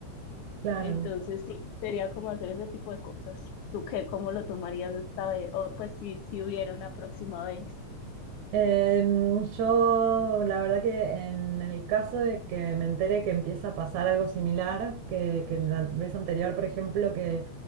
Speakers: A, on the right (about 75°); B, on the left (about 80°).
A: claro.
B: entonces sí, sería como hacer ese tipo de cosas. ¿Tú qué, cómo lo tomarías esta vez? O pues si, si hubiera una próxima vez.
A: Em, yo, la verdad que en el caso de que me entere que empieza a pasar algo similar, que, que la vez anterior, por ejemplo, que